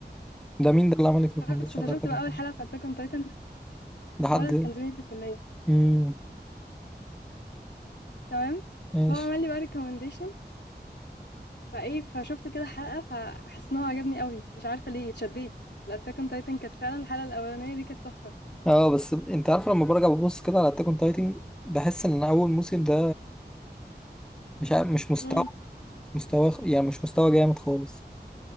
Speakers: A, in the centre; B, on the left.
A: ده مين ده اللي عمل لك ريكومنديشن
B: بس فشفت
A: على التاكون
B: بقى اول حلقه في اتاك اون تايتن
A: ده حد
B: ولد كان زميلي في الكليه
A: امم
B: تمام
A: ماشي
B: فهو عمل لي بقى ريكومنديشن فايه فشفت كده حلقه فحسيت ان هو عجبني قوي مش عارفه ليه اتشديت الاتاك اون تايتن كانت فعلا الحلقه الاولانيه دي كانت تحفه
A: اه بس انت عارف لما برجع ببص كده على اتاك اون تايتن بحس ان اول موسم ده مش عارف- مش مستوى
B: امم
A: مش مستوى يعني مش مستوى جامد خالص